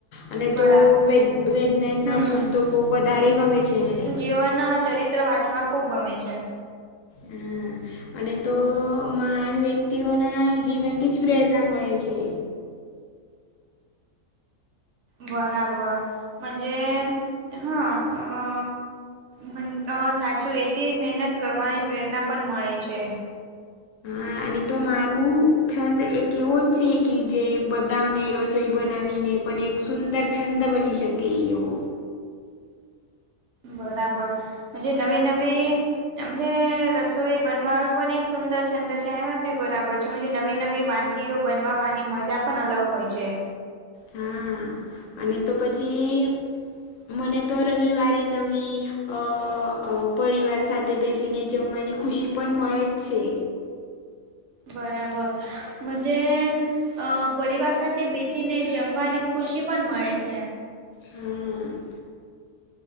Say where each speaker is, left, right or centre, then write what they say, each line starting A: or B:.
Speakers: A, on the left; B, on the right.
A: અને
B: બરાબર
A: તો વેદ વૈજ્ઞાનનાં
B: હમ
A: પુસ્તકો વધારે ગમે છે મને.
B: જીવનો ચરિ ત્ર વાંચવા ખૂબ ગમે છે.
A: હ. અને તો મહાન વ્યક્તિઓના જીવનથી જ પ્રેરણા મળે છે.
B: બરાબર મંજે હા અ મ સાચું એથી મહેનત કરવાની પ્રેરણા પણ મળે છે.
A: હા અને તો મારું છંદ એક એવું જ છે કે જે બધાને રસોઈ બનાવીને પણ એક સુંદર છંદ બની શકે એવો.
B: બરાબર મંજે નવી-નવી. એમ જે રસોઈ બનવા પણ એક સુંદર છંદ છે એમાં જ બી બરાબર પછ નવી-નવી વાનગીઓ બનવાવાની મજા પણ અલગ હોય છે.
A: હા. અને તો પછી મને તો રવિવારે નવી અ અં પરિવાર સાથે બેસીને જમવાની ખુશી પણ મળે જ છે.
B: બરાબર મંજે અ પરિવાર સાથે બેસીને જમવાની ખુશી પણ મળે છે.
A: હમ્મ.